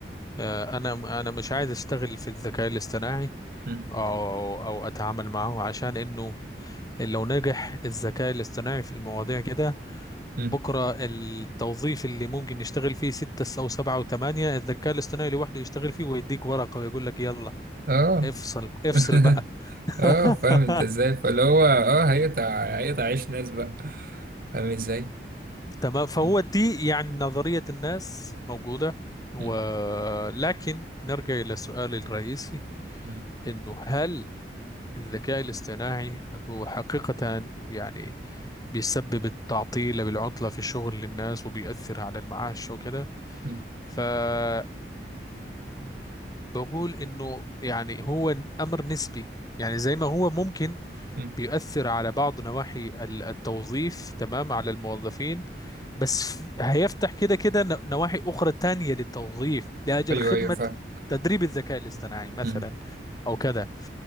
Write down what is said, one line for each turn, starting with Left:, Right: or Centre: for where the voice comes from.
Left: آه، انا انا مش عايز اشتغل في الذكاء الاصطناعي
Right: م-
Left: او او اتعامل معه عشان انه لو نجح الذكاء الاصطناعي في المواضيع كده
Right: م.
Left: بكره التوظيف اللي ممكن يشتغل فيه ستة او سبعة او ثمانية الذكاء الاصطناعي لوحده يشتغل فيه ويديك ورقة ويقول لك يلا
Right: اه
Left: افصل افصل
Right: <laughs>
Left: بقى <laughs>
Right: اه فاهم انت ازاي فاللي هو اه هيقطع هيقطع عيش ناس بقى فاهم ازاي
Left: تمام فهو
Right: م-
Left: دي يعني نظرية الناس موجودة ولكن
Right: م-
Left: نرجع إلى السؤال الرئيسي
Right: م-
Left: إنه هل الذكاء الاصطناعي هو حقيقة يعني بيسبب التعطيل بالعطلة في الشغل للناس وبيأثر على المعاش وكده
Right: م-
Left: فأنا م- بقول إنه يعني هو أمر نسبي يعني زي ما هو ممكن
Right: م.
Left: بيؤثر على بعض نواحي ال- التوظيف تمام على الموظفين بس ف- هيفتح كده كده ن- نواحي أخرى تانية للتوظيف لأجل
Right: ايوه
Left: خدمة
Right: ايوه فاهم
Left: تدريب الذكاء الاصطناعي مثلا
Right: م.
Left: أو كده